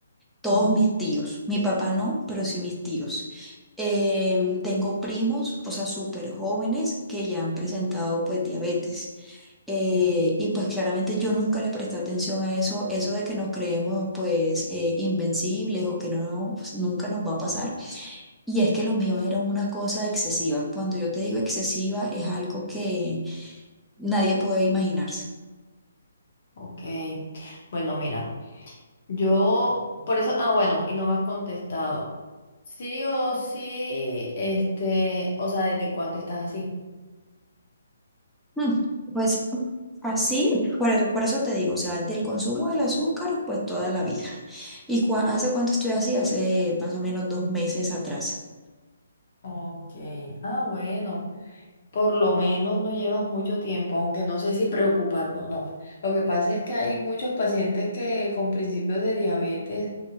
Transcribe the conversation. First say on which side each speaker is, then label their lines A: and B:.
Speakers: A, in the centre; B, on the left.
A: todos
B: Ujú,
A: mis tíos, mi papá no, pero sí mis tíos. Em, tengo primos, o sea, súper jóvenes que ya han presentado pues diabetes. Eh,
B: ujú.
A: y pues claramente yo nunca le presté atención a eso, eso de que nos creemos pues eh, invencibles o que no, pues, nunca nos va a pasar. Y es que lo mío era una cosa excesiva. Cuando yo te digo excesiva es algo que nadie puede imaginarse.
B: Ok, bueno, mira. Yo, por eso, ah, bueno, y no me has contestado. Sí o sí, este, o sea, ¿desde cuándo estás así?
A: Mm, Pues así, por, e, por eso te digo, o sea, del consumo del azúcar pues toda la vida. ¿Y cua- hace cuánto estoy así? Hace más o menos dos meses atrás.
B: Ok, ah, bueno, por lo menos no llevas mucho tiempo, aunque no sé si preocuparme o no. Lo que pasa es que hay muchos pacientes que con principios de diabetes